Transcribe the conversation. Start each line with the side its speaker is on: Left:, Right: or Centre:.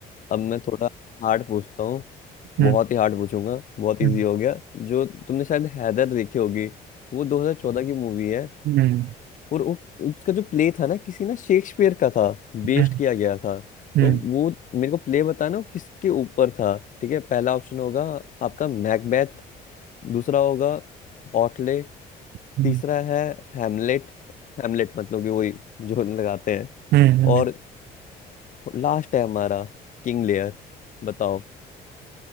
Left: अब मैं थोड़ा हार्ड पूछता हूँ
Right: हम्म
Left: बहुत ही हार्ड पूछूंगा बहुत
Right: हम्म
Left: इजी हो गया जो तुमने शायद हैदर देखी होगी वो 2014 की मूवी है
Right: हम्म
Left: और वो उसका जो प्ले था ना किसी ना शेक्सपियर का था बेस्ड
Right: हम्म
Left: किया गया था
Right: हम्म
Left: तो वो मेरे को प्ले बताना वो किसके ऊपर था ठीक है पहला ऑप्शन होगा आपका मैकबेथ दूसरा होगा ऑटले
Right: हम्म,
Left: तीसरा है हैमलेट हैमलेट मतलब कि वही जो <laughs> लगाते हैं
Right: हम्म। हम्म।
Left: और लास्ट है हमारा किंग लेयर बताओ